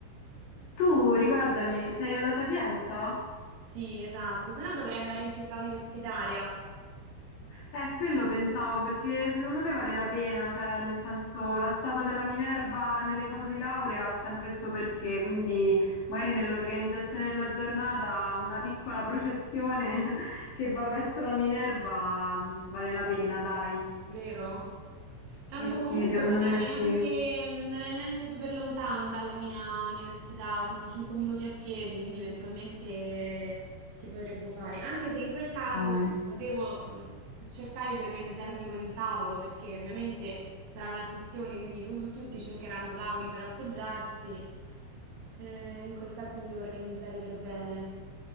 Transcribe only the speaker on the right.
Sì, esatto, se no dovrei andare in città universitaria.
vero? Tanto
comunque
non
è neanche,
non è neanche super lontano dalla mia università, sono 5 minuti a piedi, quindi eventualmente si potrebbe fare. Anche se in quel caso
devo mh, cercare di organizzarmi con il tavolo, perché ovviamente sarà una sessione, quindi tu- tutti cercheranno tavoli per appoggiarsi. Eh, in quel caso mi devo organizzare per bene.